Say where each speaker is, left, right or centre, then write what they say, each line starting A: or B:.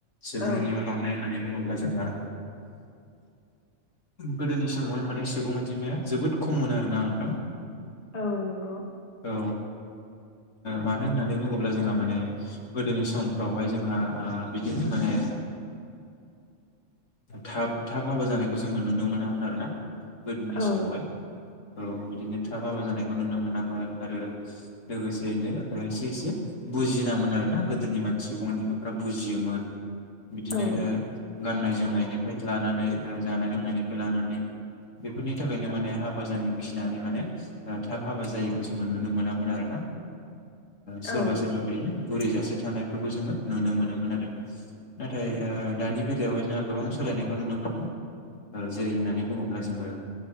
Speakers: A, on the left; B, on the left.
A: सुबुं
B: औ
A: अनजिमा बांनाय होननानै बुङोब्ला जोंहा गोदोनि समावहाय माने सुबुं अनजिमाया जोबोद खम मोनो आरोोना नोंथां
B: औ नंगौ
A: औ ओ मानो होननानै बुङोब्ला जोंहा माने गोदोनि समफ्रावहाय जोंहा आ बिदिनो माने थाब थाब हाबा जानायखौ जोङो नुनो मोनामोन आरोना गोदोनि
B: औ
A: सममावहाय औ बिदिनो थाबाबा जानायखौ नुनो मोनामोन आरो लोगोसेयैनो एसे एसे बुजिनामोन आर ना गोदोनि मानसि सुबुं बिमाफ्रा बुजियोमोन बिदिनो
B: औ
A: गाननाय जोमनायनिफ्राय लानानै जानाय लोंनायनिफ्राय लानानै बेफोरनि थाखायनो माने हाबा जानो गिनानै माने थाब हाबा जायैखौ जोङो नुनो मोनामोन आरोना सोरबा
B: औ
A: सोरबा बिदिनो बुरै जासे थानायफोरखौ जोङो नुनो मोनोमोन आरो नाथाय दानि बेलायावहाय जोंहा गोबां सोलायनायखौ नुनो मोनदों। जेरै होननानै बुङोब्ला जोङो